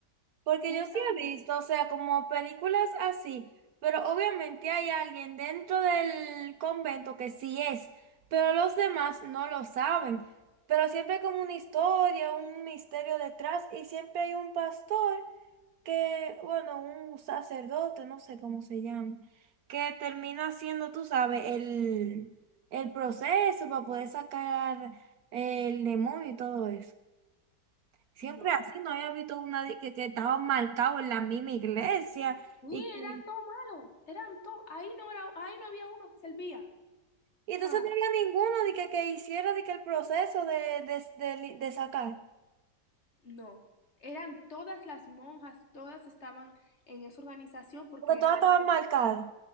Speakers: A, on the right (about 65°); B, on the left (about 40°).
A: porque
B: justamente,
A: yo sí he visto, o sea, como películas así, pero obviamente hay alguien dentro del convento que sí es, pero los demás no lo saben. Pero siempre hay como una historia, un misterio detrás y siempre hay un pastor que, bueno, un sacerdote, no sé cómo se llama, que termina haciendo, tú sabes, el, el proceso para poder sacar el demonio y todo eso. Siempre
B: no.
A: así, no había visto una de que, que estaba marcado en la misma iglesia
B: Sí,
A: y que...
B: eran todos malos, eran todos, ahí no era, ahí no había uno que servía.
A: Y entonces
B: Malo.
A: no había ninguno de que, que hiciera de que el proceso de, de, de li- de sacar,
B: No, eran todas las monjas, todas estaban en esa organización porque
A: porque todas
B: era
A: estaban
B: que
A: marcadas.